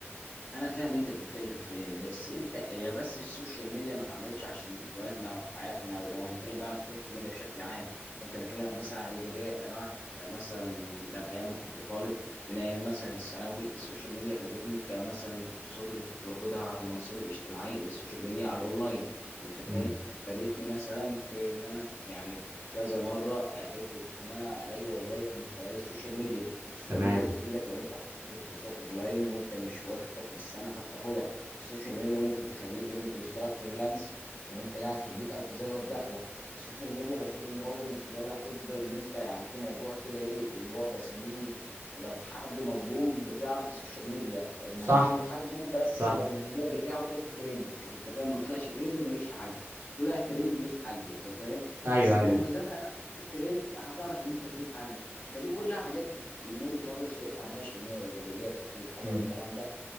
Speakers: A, on the left; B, on the right.
A: انا فاهم انت بتتكلم في ايه بس انت هي بس السوشيال ميديا ما اتعملتش عشان ذكرياتنا وحياتنا ولو هنتكلم بقى عن السوشيال ميديا بشكل عام ممكن اكلمك مثلا عن الايجابيات انا واحد كمثلا لو ايام ما كنت طالب من ايام مثلا الثانوي السوشيال ميديا فاتتني كمثلا الكورسات اللي كنت باخدها على المنصات الاجتماعيه السوشيال ميديا على الاونلاين انت فاهم
B: امم
A: فادتني مثلا في ان انا يعني كذا مره عرفت ان انا الاقي وظائف من خلال السوشيال ميديا السوشيال
B: تمام
A: ميديا بتفيدك لو انت تاخد كورسات اونلاين وانت مش وقتك مش سامح فبتاخدها السوشيال ميديا ممكن تخليك ان انت تشتغل فريلانس وانت قاعد في البيت او تزود دخلك السوشيال ميديا بشوف ان برضه من خلالها تقدر ان انت يعني في موضوع كده ايه اللي هو بسميه لو حد مظلوم بتعرف السوشيال ميديا ان
B: صح
A: هتجيب له حقه بس
B: صح
A: لو الموضوع بتاعه طلع ترند <laughs> انت فاهم ما طلعش ترند مالكش حق طلع ترند ليك حق انت فاهم
B: ايوه
A: بس مميزاتها
B: ايوه
A: لو طلع ترند هتعرف ان انت تجيب حق فدي كلها حاجات من وجهة نظري شايفها ماشي ان هي ايجابيات وكل حاجه
B: امم
A: والكلام ده